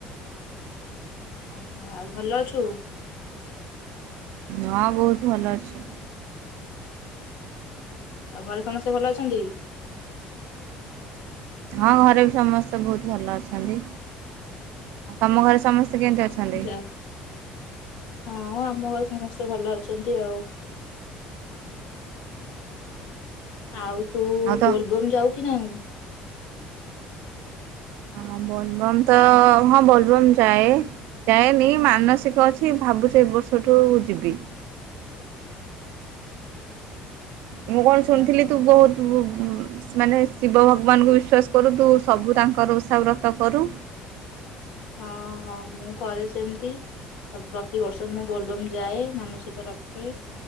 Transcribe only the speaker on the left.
ଓହୋ ଆଉ ଭଲ ଅଛୁ।
ଆଉ ଘରେ ସମସ୍ତେ ଭଲ ଅଛନ୍ତି।
ଯା ହଁ ଆମ ଘରେ ସମସ୍ତେ ଭଲ ଅଛନ୍ତି ଆଉ। ହ ହଉ ତୁ-ଉ-ଉ
ବୋଲବମ୍ ଯାଉ କି ନାଇ।
ଓହୋ
ହଁ
ହଁଁ ମୁଁ କରେ ସେମିତି ପ୍ରତିିବର୍ଷ ମୁଁ ବୋଲବମ ଯାଏ ମାନସିକ ରଖେ